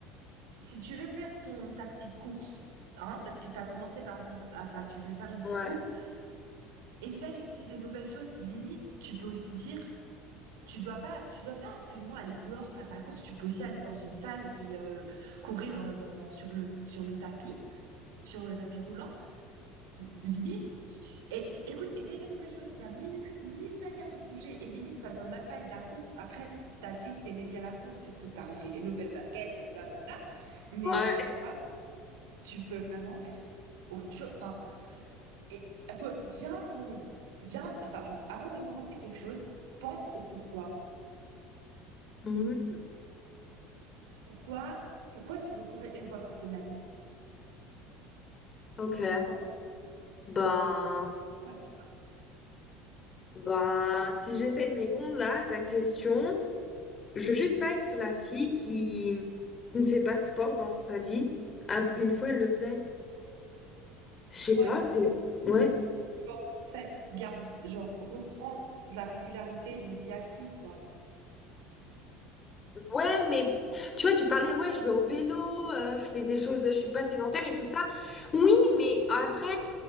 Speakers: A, on the right; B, on the left.
A: si tu veux faire ton, ta petite course, hein, parce que t'as commencé par dire à ça, tu veux faire une petite
B: Ouais.
A: course, essaye aussi des nouvelles choses. Limite, tu peux aussi dire, tu dois pas, tu dois pas absolument aller dehors faire la course. Tu peux aussi aller dans une salle et puis euh, courir euh, dans, sur le, sur le tapis, sur le tapis roulant. Limite, et, écoute, essaye de nouvelles choses. Il y a mille, mille manières de bouger et limite, ça doit même pas être la course. Après, t'as dit que t'aimais bien la course, surtout que t'as reçu des nouvelles baskets, euh, blablabla. Mais
B: Ouais.
A: euh, en soi, tu peux vraiment faire autre chose. Enfin, et reviens dans le, viens, enfin, genre, avant de commencer quelque chose, pense au pourquoi.
B: Mhm.
A: Pourquoi, pourquoi tu veux courir une fois par semaine?
B: Ok.
A: Pourquoi?
B: Ben.
A: Ouais, tu vois.
B: Ben, si j'essaie de répondre là à ta question, je veux juste pas être la fille qui, qui ne fait pas de sport dans sa vie, alors qu'une fois elle le faisait. Je sais
A: Ouais,
B: pas,
A: donc
B: c'est. Ouais.
A: tu vas en fait garde, genre reprendre de la régularité d'une vie active, quoi.
B: Ouais, mais tu vois, tu parlais, ouais, je vais en vélo, euh, je fais des choses, je suis pas sédentaire et tout ça. Oui, mais après,